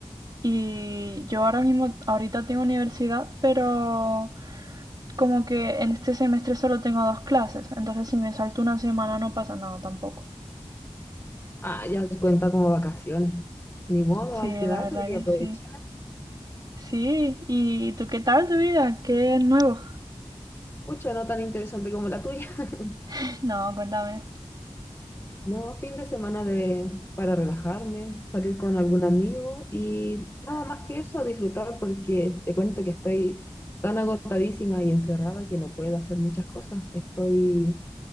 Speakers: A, on the right (about 40°); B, on the left (about 20°).
A: Y yo ahora mismo, ahorita tengo universidad, pero como que en este semestre solo tengo dos clases, entonces si me salto una semana no pasa nada tampoco.
B: Ah, ya cuenta como vacaciones. Ni modo,
A: Sí,
B: hay que
A: la
B: darle
A: verdad
B: y
A: que
B: aprovechar.
A: sí. Sí, ¿y tú qué tal tu vida? ¿Qué es nuevo?
B: Pucha, no tan interesante como la tuya. <laughs>
A: <laughs> No, cuéntame.
B: No, fin de semana de, para relajarme, salir con algún amigo y nada más que eso, disfrutar porque te cuento que estoy tan agotadísima y encerrada que no puedo hacer muchas cosas. Estoy